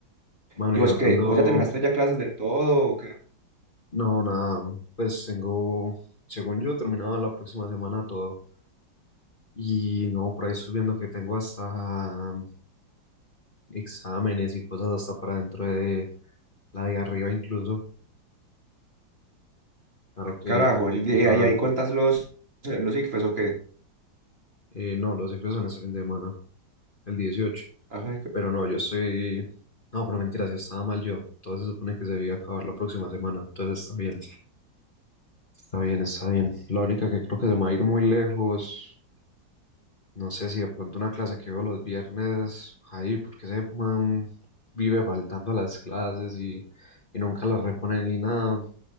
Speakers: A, on the left; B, on the right.
A: Bueno,
B: ¿Y
A: y
B: vos
A: hablando...
B: qué? ¿Vos ya terminaste ya clases del todo o qué?
A: No, nada, pues tengo... Según yo, terminado la próxima semana todo. Y no, por ahí estoy viendo que tengo hasta exámenes y cosas hasta para dentro de la de arriba incluso. Claro
B: Ah,
A: que
B: Carajo,
A: primero
B: ¿y de ahí,
A: algo.
B: ahí cuentas los, eh, los ICFES o qué?
A: Eh, no, los exámenes salen de semana, el dieciocho
B: Ah, jue-
A: Pero no, yo soy... No, pero mentira, si estaba mal yo. Todo se supone que se debía acabar la próxima semana. Entonces está bien. Está bien, está bien. La única que creo que se me va a ir muy lejos. No sé si de pronto una clase que veo los viernes ahí, porque ese man vive faltando a las clases y, y nunca las repone ni nada.